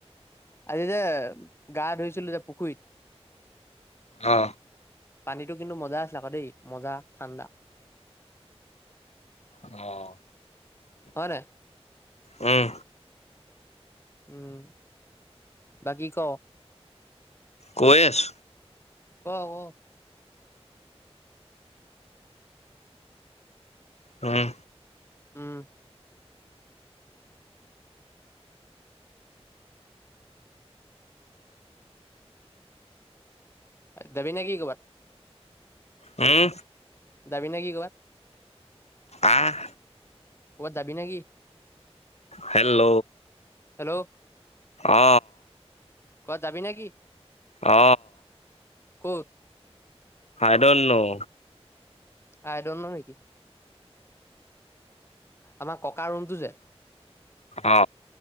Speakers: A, on the left; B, on the left.
A: আজি যে গা ধুইছিলো যে পুখুৰীত
B: অ
A: পানীটো কিন্তু মজা আছিল আকৌ দেই মজা ঠাণ্ডা।
B: আহ
A: হয় নে?
B: উম।
A: উম বাকী ক।
B: কৈ আছোঁ।
A: ক ক।
B: উম।
A: উম। জাবিনে কি ক'বাত?
B: উম।
A: জাবি না কি কবাট?
B: আহ।
A: কবাত যাবি নে কি?
B: হেল্ল'।
A: হেল্ল'।
B: অ।
A: কৱাত যাবি নে কি?
B: অ।
A: ক'ত
B: আই দন্ত নৌ
A: আই দন্ত নৌ নেকি? আমাৰ ককা ৰুমটো যে
B: অ